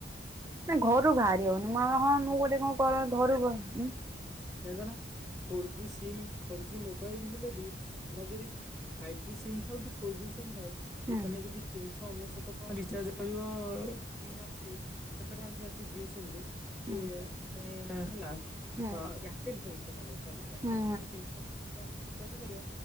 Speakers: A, on the right (about 15°); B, in the centre.
A: ନାଇଁ ଘରୁ ଭାଆରି ହଉନି ମ ହଁ ମୁଁ ଗୋଟେ କଣ କର ଘରୁ ବା ଉଁ
B: ଜାଣିଚ ନା four G SIM four G mobile ହେଲେ ବି ଆମର ଯଦି ଫାଇଭ୍ ଜି ସିମ୍ ଥାଉ କି ଫୋର ଜି ସିମ୍ ଥାଉ
A: ହୁଁ
B: ତମେ ଯଦି ତ ଅନେଶତ ଟଙ୍କା ରିଚାର୍ଜ ରେ ପଡ଼ିବ ଅଛି କେତେ ଟଙ୍କା ଏମତି ଅଛି ଜିଓ ସିମ୍ ରେ।
A: ହୁଁ
B: କି ଏଇୟା ମାନେ ହେଲା
A: ହୁଁ
B: ଅ ୟାକଟିଙ୍ଗ ଶୁଣିଲି କଥା କହନି ସରି ୟାକଟିଙ୍ଗ
A: ହୁଁ
B: ଶୁଣିଲି ତିନିଶହ ରିଚାର୍ଜେ କରିବ